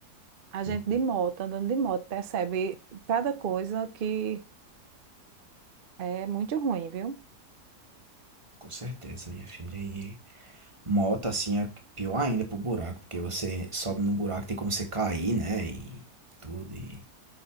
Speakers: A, on the right; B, on the right.
A: A gente
B: Hum,
A: de moto, andando de moto, percebe cada coisa que é muito ruim, viu?
B: Com certeza, minha filha. E moto, assim, é pior ainda pro buraco, porque você sobe no buraco, tem como você cair, né? E tudo. E